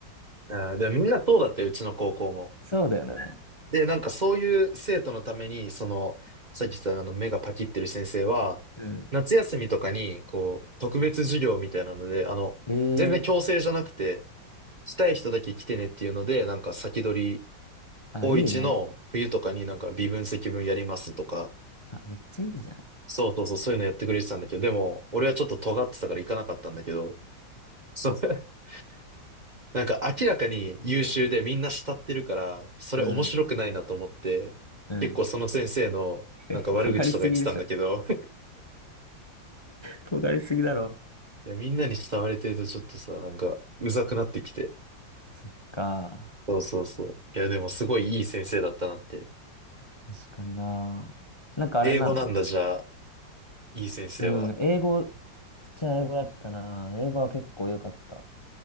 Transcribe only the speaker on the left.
そうだよね。
うん。
ええ
ーあ、いいね。あ、めっちゃいいじゃん。
あ
うん、うん。
<laughs> 尖りすぎでしょ。尖りすぎだろ。
そっか。
確かにな。なんかあれなの
うん、英語、ちっちゃい英語だったな。英語は結構良かった。